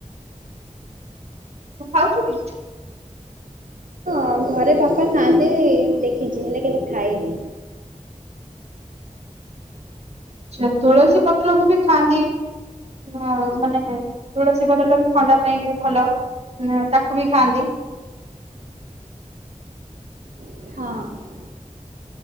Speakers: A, on the right; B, on the right.
A: ତୁ ଖାଉଛୁ କି?
B: ହଁ ଘରେ ବାପା ଖାଆନ୍ତି ଦେଖିଛି ହେଲେ କେବେ ଖାଇନି।
A: ସେ ତୁଳସୀ ପତ୍ର କୁ ବି ଖାଆନ୍ତି। ହଁ ମାନେ ତୁଳସୀ ପତ୍ର ଟା ବି ଥଣ୍ଡା ପାଇଁ ଭଲ। ନା ତାକୁ ବି ଖାଆନ୍ତି।
B: ହଁ।